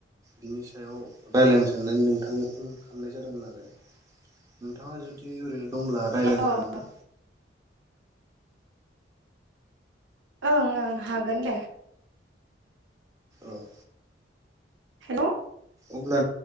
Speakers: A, on the right; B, on the right.
A: बिनि सायाव रायलायनो सानदों नोंथांजों खालामनाय जादोंमोन आरो नोंथाङा जुदि ओरैनो दंब्ला रायलायनो
B: ओं
A: हागोन ना?
B: ओं ओं हागोन दे।
A: औ।
B: हेलौ।
A: अब्ला